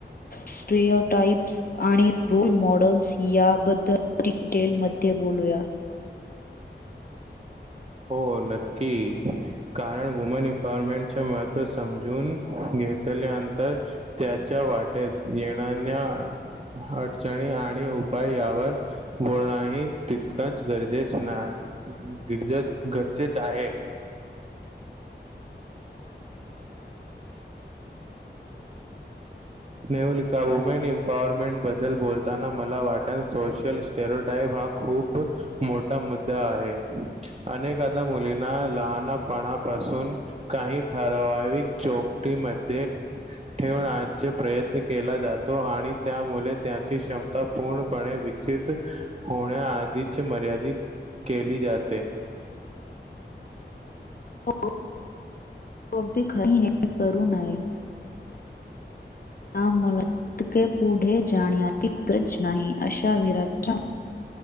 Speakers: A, on the left; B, on the right.
A: स्ट्रेयटाइप्स आणि रोल मॉडेल्स याबद्दल डिटेल मध्ये बोलूया.
B: हो नक्की कारण वुमन एमपॉवरमेंट महत्व समजून घेतल्यानंतर त्याच्या वाटेत येणाण्या अडचणी आणि उपाय यावर बोल नाही तितकांच गरजेच ना गिरजाच गरजेच आहे. नेवोलिका वुमेन एम्पॉवरमेंट बद्दल बोलताना मला वाट सोशल स्टेरोटाईप हा खूप मोठा मुद्दा आहे. अनेकादा मुलींना लहानपणापासून काही ठराविक चोक कटी मध्ये ठेवण्यात चे प्रयत्न केला जातो आणि त्यामुले त्याची क्षमता पूर्णपणे विकसित होण्या आधीची मर्यादित केली जाते.
A: हो अगदी खरी हे करू नये. त्या मुलातके पुढे जाण्याची गरज नाही अशा विराज